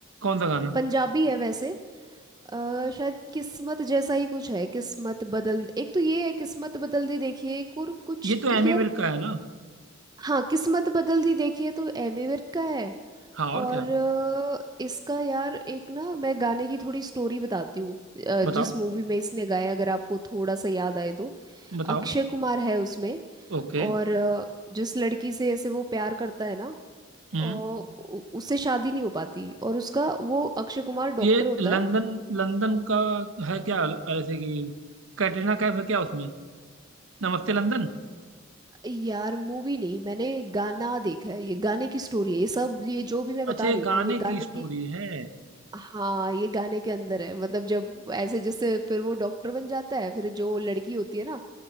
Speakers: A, on the right; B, on the right.
A: कौन सा गाना
B: पंजाबी है वैसे अ, शायद किस्मत जैसा ही कुछ है किस्मत बदल एक तो ये है किस्मत बदल दी देखिए एक और कुछ
A: ये तो
B: तो
A: एमी
B: यार
A: विर्क का है ना
B: हाँ किस्मत बदल दी देखिए तो एमी विर्क का है
A: हाँ और
B: और
A: क्या
B: अ, इसका यार एक ना मैं गाने की थोड़ी स्टोरी बताती हूँ अ,
A: बताओ
B: जिस मूवी में इसने गाया अगर आपको थोड़ा सा याद आए तो
A: बताओ
B: अक्षय कुमार है उसमें
A: ओके
B: और अ, जिस लड़की से ऐसे वो प्यार करता है ना
A: हम्म
B: और उ- उससे शादी नहीं हो पाती और उसका वो अक्षय कुमार डॉक्टर
A: ये
B: होता
A: लंदन
B: है
A: लंदन का है क्या ऐसे कि कैटरीना कैफ है क्या उसमें नमस्ते लंदन
B: यार मूवी नहीं मैंने गाना देखा है ये गाने की स्टोरी है ये सब ये जो भी मैं बता
A: अच्छा ये
B: रही हूँ
A: गाने
B: ना ये गाने
A: की स्टोरी
B: के
A: है
B: हाँ ये गाने के अंदर है मतलब जब ऐसे जिससे फिर वो डॉक्टर बन जाता है फिर जो लड़की होती है ना